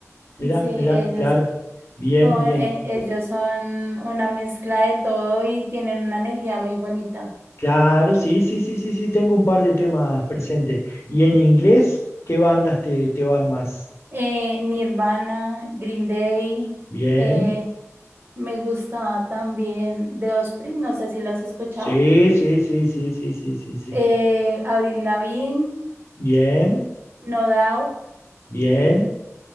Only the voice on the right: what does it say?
<laughs>
sí,
ellos
Con,
eh, ellos son una mezcla de todo y tienen una energía muy bonita.
Eh, Nirvana, Green Day,
eh, me gustaba también The Osprey, no sé si lo has escuchado.
Eh, Avril Lavigne,
No Doubt.